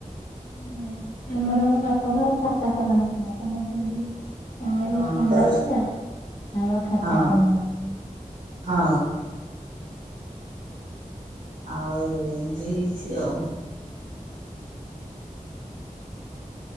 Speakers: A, on the left; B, on the right.
A: ନାଇଁ ଆମର ମୋ ବାପା ଘର ଖାତା କଲା ନ ଥିଲ ତମର ଯେମିତି ଆମେ ହେଲୁ
B: ହଁ
A: ଖଣ୍ଡାୟତ ଜା ଆମର ଖାତା
B: ହଁ।
A: କଲମ ଥିଲା।
B: ହଁ। ଆଉ ଏମିତି ହେଇଛି ଆଉ।